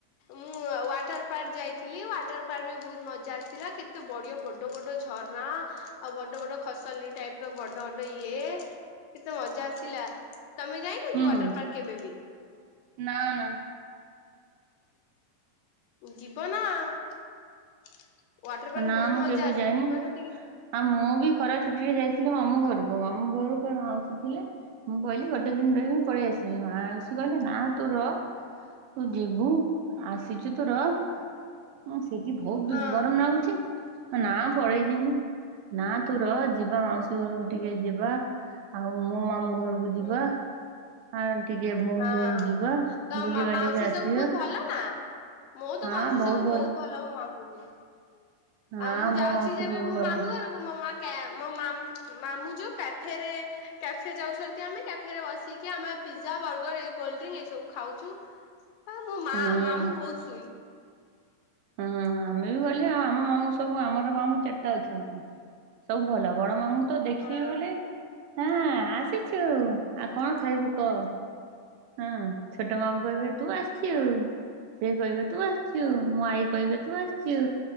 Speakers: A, on the left; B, on the right.
A: ମୁଁ ୱାଟର ପାର୍କ ଯାଇଥିଲି ୱାଟର ପାର୍କରେ ବୋହୁତ ମଜା ଆସିଲା। ଏତେ ବଡିଆ ବଡ ବଡ ଝରଣା ଆଉ ବଡ ବଡ ଖସଲି ଟାଇପର ବଡ ବଡ ଇଏ। କେତେ ମଜା ଆସିଲା। ତମେ ଯାଇନ କି
B: ହୁଁ
A: ୱାଟର ପାର୍କ କେବେ ବି?
B: ନା ନା।
A: ଯିବନା ୱାଟର ପାର୍କରେ
B: ନା
A: ବୋହୁତ
B: ମୁଁ
A: ମଜା
B: କେବେ
A: ଆସେ
B: ଯାଇନି।
A: ଯିବନା ଟିକେ
B: ଆଉ ମୁଁ ବି ଖରା ଛୁଟିରେ ଯାଇଥିଲି ମାମୁଁ ଘରକୁ ମାମୁଁ ଘରୁ ଫେଣେ ମାଉସୀ ଥିଲେ। ମୁଁ କହିଲି ଗୋଟେ ଦିନ ରହିକି ମୁଁ ପଳେଇ ଆସିମି। ମା ଆଉଷି କହିଲେ ନା ତୁ ରହ। ତୁ ଯିବୁ ଆସିଚୁ ତୁ ରହ। ଉଁ ସେଠି ବୋହୁତ
A: ହଁ
B: ଗରମ ନାଗୁ ଚି ଏ ନାଁ ମୁଁ ପଳେଇ ଯିମୁ। ନା ତୁ ରହ ଯିବା ମାଉସୀ ଘରକୁ ଟିକେ ଯିବା ଆଉ ମୋ ମାମୁ ଘରକୁ
A: ହୁଁ
B: ଯିବା। ଆଁ ଟିକେ ଭଉଣୀ
A: ହଁ
B: ଘରକୁ ଯିବା
A: ତମ
B: ବୁଲିବାଲିକି
A: ମା-ମାଉସୀ
B: ଆସିବା।
A: ସବୁ ବୋହୁତ ଭଲ ନା? ମୋର
B: ହଁ
A: ତ ମାଉସୀ
B: ବହୁତ
A: ସବୁ ବୋହୁତ ଭଲ ମୋ ମା କୁହେ।
B: ହଁ
A: ଆଉ ମୁଁ ଯାଉଚି
B: ମୋ ମାଉସୀ
A: ଯେବେ
B: ସବୁ
A: ମୋ
B: ଭଲ
A: ମାମୁଁ ଘରୁ ମୁଁ ମୋ ମା କ୍ୟାବ୍ ମୋ ମାମୁଁ ଯୋଉ କାଫେରେ କ୍ୟାଫେ ଯାଉଚନ୍ତି। ଆମେ କ୍ୟାଫେରେ ବସି କି ଆମେ ପିଜ୍ଜା, ବର୍ଗର ଏଇ କୋଲଡ୍ରିଙ୍କ୍ ଏଇ ସବୁ ଖାଉଚୁ। ଆ ମୋ ମା
B: ହୁଁ।
A: ମାମୁଁ ବହୁତ ସୁଇ
B: ହୁଁ ଆମେ ବି ଗଲେ ଆଉ ଆମ ମାମୁଁ ସବୁ ଆମର ମାମୁଁ ଚାରିଟା ଅଛନ୍ତି। ସବୁ ଭଲ। ବଡ ମାମୁଁ ତ ଦେଖିବି
A: ହଁ
B: ବୋଲି ହଁ ଆସିଛୁ। ଆଉ କଣ ଖାଇବୁ କ‌ଅ? ହଁ ଛୋଟ ମାମୁଁ କହିବେ ତୁ ଆସିଚୁ। ସେ କହିବ ତୁ ଆସିଚୁ। ମୋ ଆଈ କହିବ ତୁ ଆସିଚୁ।